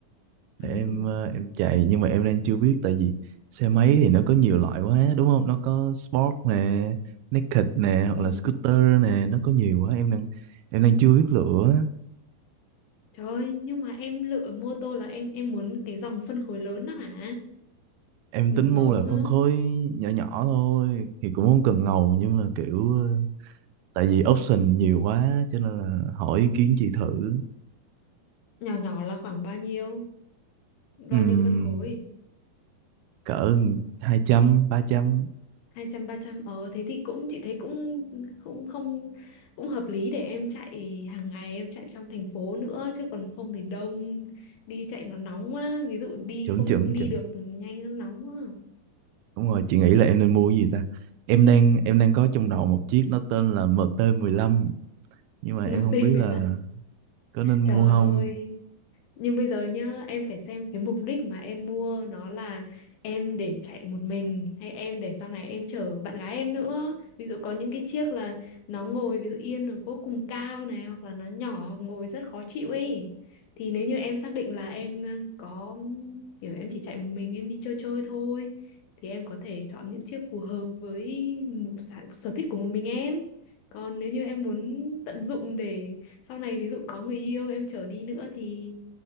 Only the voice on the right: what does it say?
để
em ờ, em chạy nhưng mà em đang chưa biết tại vì xe máy thì nó có nhiều loại quá đúng không nó có sport nè naked nè hoặc
là scooter nè nó có nhiều quá em đang em đang chưa biết lựa
em
tính
mua là phân
khối nhỏ nhỏ thôi thì cũng không cần ngầu nhưng mà kiểu ờ, tại vì option nhiều quá cho nên là hỏi ý kiến chị thử
Ừm,
cỡ hai trăm ba trăm
chuẩn
chuẩn
chuẩn.
Đúng rồi, chị nghĩ là em nên mua cái gì ta? Em đang em đang có trong đầu một chiếc nó tên là mt lăm
nhưng mà
em không biết là có nên mua
không.